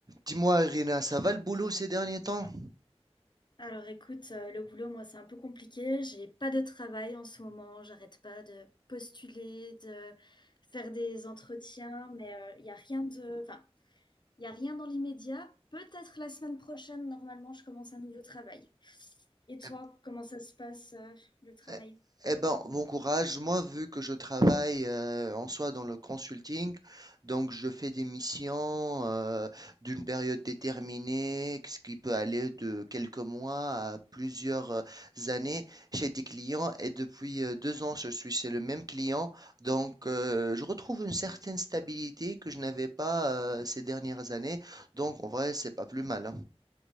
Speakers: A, on the right (about 35°); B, on the left (about 45°).
A: Dis-moi, Irina, ça va le boulot ces derniers temps?
B: Alors écoute, euh, le boulot, moi, c'est un peu compliqué. J'ai pas de travail en ce moment. J'arrête pas de postuler, de faire des entretiens, mais il y a rien de, enfin, il y a rien dans l'immédiat. Peut-être la semaine prochaine, normalement, je commence un nouveau travail. Et toi,
A: Eh
B: comment ça se passe, euh, le travail?
A: eh- eh ben, bon courage. Moi, vu que je travaille euh, en soi dans le consulting, donc je fais des missions euh, d'une période déterminée, ce qui peut aller de quelques mois à plusieurs euh, années chez des clients. Et depuis euh, deux ans, je suis chez le même client. Donc, euh, je retrouve une certaine stabilité que je n'avais pas euh, ces dernières années. Donc, en vrai, c'est pas plus mal, hein.